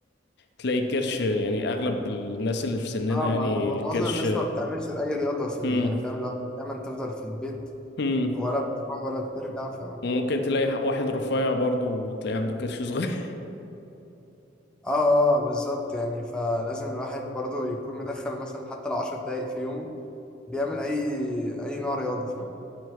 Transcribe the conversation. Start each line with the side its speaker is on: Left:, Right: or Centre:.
Left: تلاقي الكرش يعني اغلب الناس اللي في سننا
Centre: اه
Left: يعني
Centre: ما هو
Left: الكرش
Centre: معظم الناس ما بتعملش اي رياضة في ال...
Left: مم.
Centre: يعني فاهم لا دايما تفضل في البيت
Left: مم.
Centre: ولا بتروح ولا بترجع ف اه
Left: وممكن تلاقي واحد رفيع برضه وتلاقي عنده كرش صغير
Centre: اه بالظبط يعني فلازم الواحد برضو يكون مدخل مثلا حتى لو 10 دقايق في يومه بيعمل اي اي نوع رياضه فاهم